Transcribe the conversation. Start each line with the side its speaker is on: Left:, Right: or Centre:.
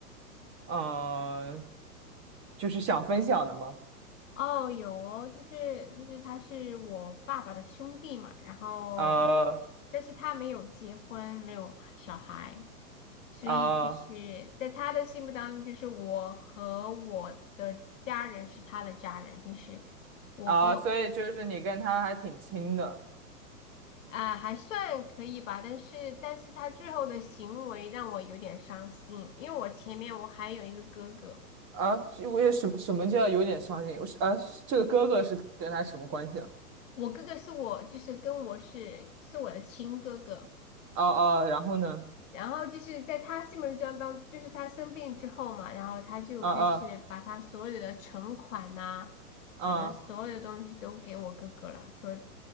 Right: 嗯、呃，就是想分享的吗？
Left: 哦，有哦就是就是他是我爸爸的兄弟嘛，然后
Right: 啊
Left: 但是他没有结婚，没有小孩。所以就是在他的心目当中，
Right: 啊
Left: 就是我和我的家人是他的家人，就是我和
Right: 啊，所以就是你跟他还挺亲的
Left: 啊、还算可以吧，但是但是他最后的行为让我有点伤心，因为我前面我还有一个哥哥，
Right: 啊？是因为什么什么叫有点伤心？我是啊，这个哥哥是跟他什么关系啊？
Left: 我哥哥是我就是跟我是是我的亲哥哥，
Right: 哦哦，然后呢？
Left: 然后就是在他心目中当就是他生病之后嘛，然后他就开始把他所有的存款呐、
Right: 啊啊。啊
Left: 把他所有的东西都给我哥哥了，说